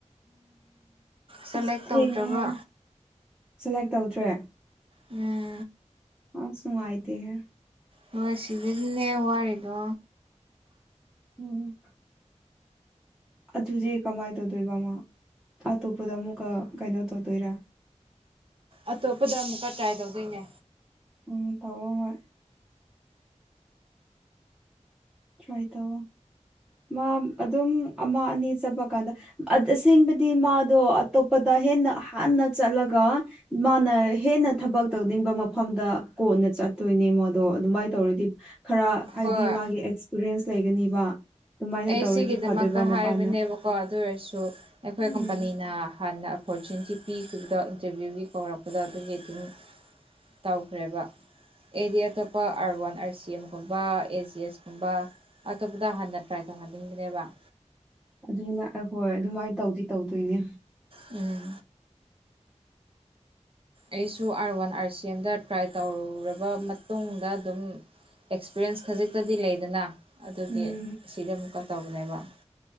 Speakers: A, on the right; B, in the centre.
A: ꯁꯦꯂꯦꯛ
B: ꯑꯁ
A: ꯇꯧꯗ꯭ꯔꯕ
B: ꯊꯦꯡꯉꯦꯍꯦ ꯁꯦꯂꯦꯛ ꯇꯧꯗ꯭ꯔꯦ
A: ꯎꯝ
B: ꯑꯁ ꯅꯨꯉꯥꯏꯇ‌‌ꯦ ꯍ‌ꯦ
A: ꯍꯣꯏ ꯁꯤꯕꯗꯨꯅꯦ ꯋꯥꯔꯤꯗꯣ
B: ꯎꯝ ꯑꯗꯨꯗꯤ ꯀꯃꯥꯏꯅ ꯇꯧꯗꯣꯏꯕꯃꯣ ꯑꯇꯣꯞꯄꯗ ꯑꯃꯨꯛꯀ ꯀꯩꯅꯣ ꯇꯧꯗꯣꯏꯔꯥ
A: ꯑꯇꯣꯞꯄꯗ ꯑꯃꯨꯛꯀ ꯇ꯭ꯔꯥꯏ ꯇꯧꯗꯣꯏꯅꯦ
B: ꯎꯝ ꯇꯧꯑꯣ ꯍꯣꯏ ꯇ꯭ꯔꯥꯏ ꯇꯧꯑꯣ ꯃꯥ ꯑꯗꯨꯝ ꯑꯃ ꯑꯅꯤ ꯆꯠꯄ ꯀꯥꯟꯗ ꯑꯁꯦꯡꯕꯗꯤ ꯃꯥꯗꯣ ꯑꯇꯣꯞꯄꯗ ꯍꯦꯟꯅ ꯍꯥꯟꯅ ꯆꯠꯂꯒ ꯃꯥꯅ ꯍꯦꯟꯅ ꯊꯕꯛ ꯇꯧꯅꯤꯡꯕ ꯃꯐꯝꯗ ꯀꯣꯟꯅ ꯆꯠꯇꯣꯏꯅꯦ ꯃꯗꯣ ꯑꯗꯨꯃꯥꯏꯅ ꯇꯧꯔꯗꯤ ꯈꯔ ꯍꯥꯏꯗꯤ
A: ꯍꯣꯏ
B: ꯃꯥꯒꯤ ꯑꯦꯛꯁꯄꯤꯔꯤꯌꯦꯟꯁ ꯂꯩꯒꯅꯤꯕ ꯑꯗꯨꯃꯥꯏꯅ
A: ꯑꯩ
B: ꯇꯧꯔꯗꯤ
A: ꯁꯤꯒꯤꯗꯃꯛꯇ
B: ꯐꯗꯣꯏꯕ ꯅꯕꯥꯅ
A: ꯍꯥꯏꯕꯅꯦꯕꯀꯣ ꯑꯗꯨ ꯑꯣꯏꯔꯁꯨ ꯑꯩꯈꯣꯏ
B: ꯎꯝ
A: ꯀꯝꯄꯅꯤꯅ ꯍꯥꯟꯅ ꯐꯣꯔꯆꯨꯟꯠꯀꯤ ꯄꯤꯈꯤꯕꯗ ꯏꯟꯇ꯭ꯔꯚ꯭ꯌꯨꯒꯤ ꯀꯧꯔꯛꯄꯗ ꯑꯗꯨꯒꯤ ꯑꯗꯨꯝ ꯇꯧꯈ꯭ꯔꯦꯕ ꯑꯩꯗꯤ ꯑꯇꯣꯞꯄ ꯑꯥꯔꯋꯥꯟ ꯑꯥꯔꯁꯤꯑꯦꯝꯒꯨꯝꯕ ꯑꯦꯖꯤꯑꯦꯁ ꯀꯨꯝꯕ ꯑꯇꯣꯞꯄꯗ ꯍꯥꯟꯅ ꯇ꯭ꯔꯥꯏ ꯇꯧꯍꯟꯅꯤꯡꯗ꯭ꯔꯦꯕ
B: ꯑꯗꯨꯅ ꯑꯍꯣꯏ ꯑꯗꯨꯃꯥꯏ ꯇꯧꯗꯤ ꯇꯧꯗꯣꯏꯅꯦ
A: ꯎꯝ ꯑꯩꯁꯨ ꯑꯥꯔꯋꯥꯟ ꯑꯥꯔꯁꯤꯑꯦꯝꯗ ꯇ꯭ꯔꯥꯏ ꯇꯧꯔꯨꯔꯕ ꯃꯇꯨꯡꯗ ꯑꯗꯨꯝ ꯑꯦꯛꯁꯄ꯭ꯔꯤꯌꯦꯟꯁ ꯈꯖꯤꯛꯇꯗꯤ ꯂꯩꯗꯅ ꯑꯗꯨꯒꯤ
B: ꯎꯝ
A: ꯁꯤꯗ ꯑꯃꯨꯛꯀ ꯇꯧꯕꯅꯦꯕ